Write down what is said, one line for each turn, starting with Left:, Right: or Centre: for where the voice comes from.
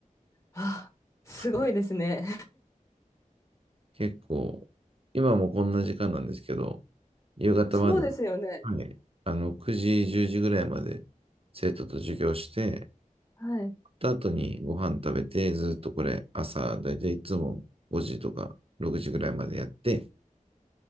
Left: あ、すごいですね。
Right: はい、結構、今もこんな時間なんですけど、夕方まで、
Left: そうですよね。
Right: はい、あの、9時、10時ぐらいまで生徒と授業して、
Left: はい。
Right: た後にご飯食べて、ずっとこれ朝、だいたいいつも5時とか6時ぐらいまでやって、